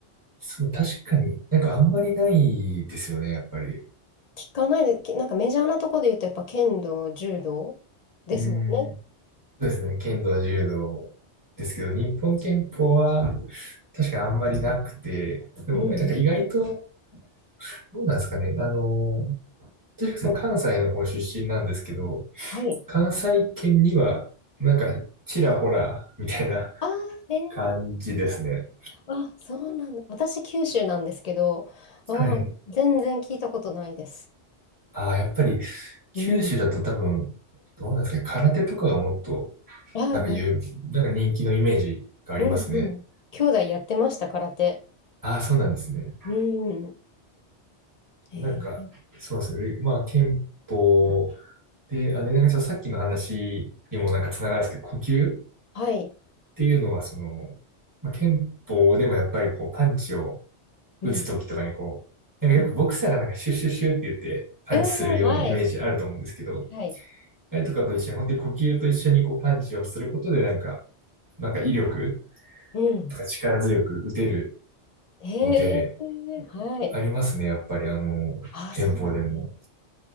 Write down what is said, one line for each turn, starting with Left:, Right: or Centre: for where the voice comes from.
Right: そう、確かに、なんかあんまりないですよね、やっぱり。
Left: 聞かないで、きなんかメジャーなとこで言うと、やっぱ剣道、柔道ですもんね。
Right: うん。そうですね、剣道、柔道ですけど、日本拳法は確かにあんまりなくて、でもなんか意外と、
Left: うんうん。
Right: どうなんですかね、あの、私はその関西の方出身なんですけど、
Left: はい。
Right: 関西圏には、なんか、ちらほら、みたいな
Left: あー、えー、
Right: 感じですね。
Left: あ、そうなんだ。私、九州なんですけど、あー、
Right: はい。
Left: 全然聞いたことないです。
Right: ああ、やっぱり、九州だと多分、
Left: うん。
Right: どうなんですかね、空手とかがもっと、
Left: あや、
Right: なんか言う、なんか人気のイメージがありますね。
Left: うんうん。兄弟やってました、空手。
Right: ああ、そうなんですね。
Left: うん。えー
Right: なんか、そうですね。まあ、憲法で、あれ、なんかちょっとさっきの話にもなんかつながるんですけど、呼吸っ
Left: はい。
Right: ていうのは、その、まあ、憲法でもやっぱりこう、パンチを
Left: うん
Right: 打つときとかにこう、なんかよくボクサーがなんかシュッシュッシュッって言って、
Left: うん、
Right: パンチするようなイメージあると思うんですけど、
Left: うん、はい。はい。
Right: あれとかと一緒に、本当に呼吸と一緒にこう、パンチをすることで、なんか、なんか威力
Left: うん。
Right: とか力強く打てる
Left: へえ、
Right: ので、
Left: はい。
Right: ありますね、やっぱりあの、
Left: ああ、
Right: 憲法でも。
Left: そうなんだ。